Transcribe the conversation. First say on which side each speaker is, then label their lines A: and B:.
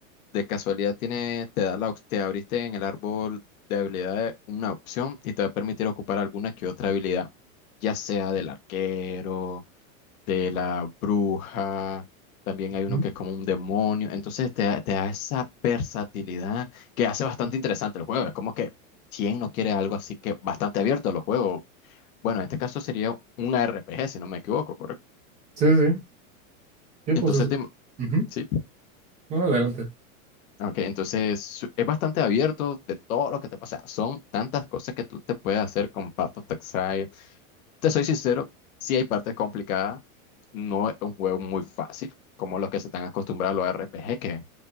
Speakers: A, on the left; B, on the right.
A: de casualidad tiene, te da la, op- te abriste en el árbol de habilidades una opción y te va a permitir ocupar alguna que otra habilidad, ya sea del arquero de la bruja, también hay uno
B: ujú.
A: que es como un demonio, entonces te, da- te da esa versatilidad que hace bastante interesante el juego, es como que quién no quiere algo así que bastante abierto a los juegos, bueno, en este caso sería un RPG si no me equivoco, ¿correcto?
B: Sí, sí, sí, pues
A: Entonces,
B: eso.
A: te-
B: Ujú.
A: sí,
B: No, adelante.
A: ok, entonces es bastante abierto de todo lo que te pasa, son tantas cosas que tú te puedes hacer con Path of Exile, Te soy sincero, sí hay partes complicadas, no es un juego muy fácil, como los que se están acostumbrados a los RPG, que,